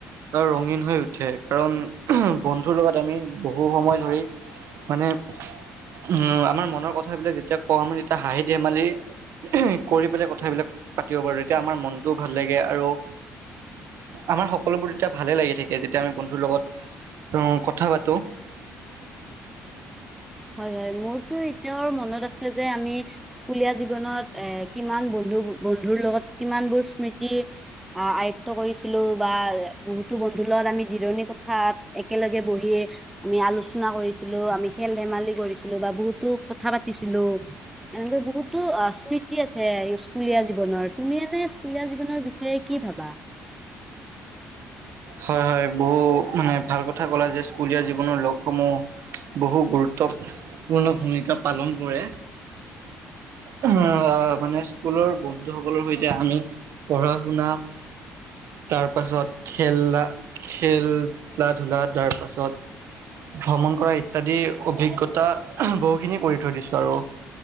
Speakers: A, on the right (about 70°); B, in the centre.
A: আৰু ৰঙীন হৈ উঠে। কাৰণ বন্ধুৰ লগত আমি বহু সময় ধৰি মানে উম আমাৰ মনৰ কথাবিলাক যেতিয়া কওঁ, আমি তেতিয়া হাঁহি-ধেমালিৰ কৰি পেলাই কথাবিলাক পাতিব পাৰোঁ, তেতিয়া আমাৰ মনটোও ভাল লাগে আৰু আমাৰ সকলোবোৰ তেতিয়া ভালে লাগি থাকে, যেতিয়া আমি বন্ধুৰ লগত উম কথা পাতোঁ।
B: হয় - হয়। মোৰতো এতিয়াও মনত আছে যে আমি স্কুলীয়া জীৱনত এ- কিমান বন্ধু- বন্ধুৰ লগত কিমানবোৰ স্মৃতি আ- আয়ত্ব কৰিছিলোঁ বা বহুতো বন্ধুৰ লগত আমি জিৰণি কোঠাত একেলগে ব সি আমি আলোচনা কৰিছিলোঁ, আমি খেল ধেমালি কৰিছিলোঁ বা বহুতো কথা পাতিছিলোঁ। এনেকে বহুতো অ' স্মৃতি আছে, স্কুলীয়া জীৱনৰ। তুমি এনে স্কুলীয়া জীৱনৰ বিষয়ে কি ভাবা?
A: হয় - হয়। বহু- মানে ভাল কথা ক'লা যে, স্কুলীয়া জীৱনৰ লগসমূহ বহু গুৰু ত্বপূৰ্ণ ভূমিকা পালন কৰে। অ' মানে স্কুলৰ বন্ধুসকলৰ সৈতে আমি পঢ়া-শুনা তাৰ পাছত খেললা- খেল লা ধূলা, তাৰ পাছত ভ্ৰমণ কৰা ইত্যাদি অভিজ্ঞতা বহুখিনি কৰি থৈ দিছোঁ আৰু।